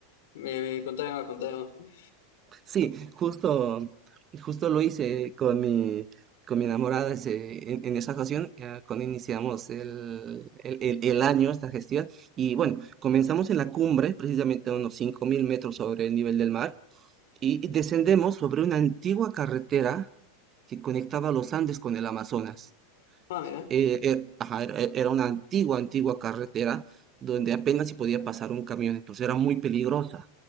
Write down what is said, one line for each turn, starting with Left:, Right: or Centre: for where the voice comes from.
Left: me, me, contame más, contame más.
Right: Sí, justo, justo lo hice con mi, con mi enamorada ese- en, en esa ocasión, eh, cuando iniciamos el, el, el- el año, esta gestión. Y bueno, comenzamos en la cumbre, precisamente a unos 5.000 metros sobre el nivel del mar, y, y descendemos sobre una antigua carretera que conectaba los Andes con el Amazonas.
Left: Ah, mira.
Right: Eh, eh, ajá, era era una antigua, antigua carretera donde apenas se podía pasar un camión, entonces era muy peligrosa